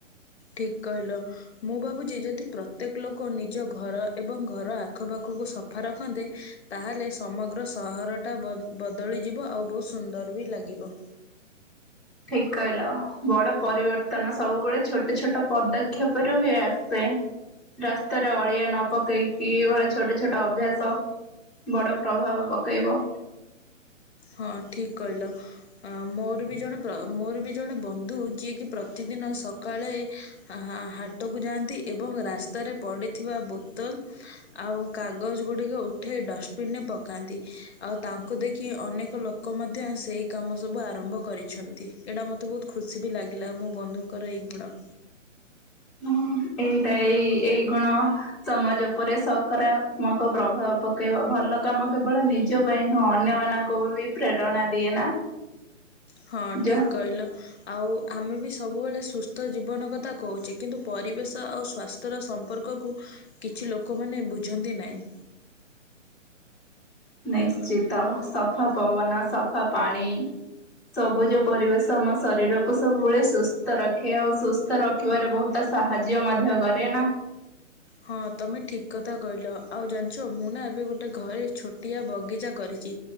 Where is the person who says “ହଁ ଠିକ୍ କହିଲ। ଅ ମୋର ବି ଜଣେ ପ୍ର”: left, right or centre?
Left